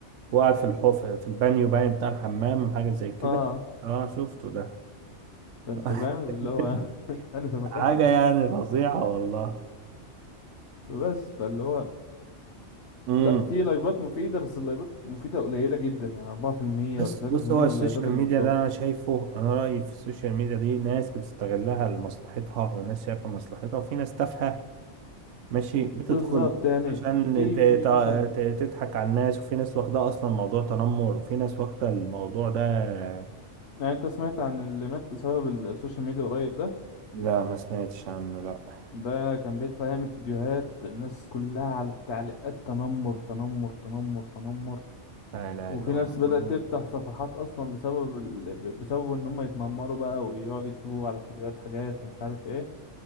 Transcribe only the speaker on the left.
اه
فانت
فاهم اللي هو <laughs> انا سمكاه
بس فاللي هو
لا في لايفات مفيدة بس اللايفات مفيدة قليلة جدا يعني 4%
ولا 3%
من اللايفات اللي
مفتوحة
بالظبط يعني
في
في مثلا
يعني انت سمعت عن اللي مات بسبب السوشيال ميديا قريب ده
ده كان بيطلع يعمل فيديوهات الناس كلها على التعليقات تنمر تنمر تنمر تنمر
وفي
ناس
بدأت
تفتح صفحات اصلا بسبب ال... ب- بسبب ان هم يتنمروا بقى ويقعدوا يكتبوا على الفيديوهات حاجات ومش عارف ايه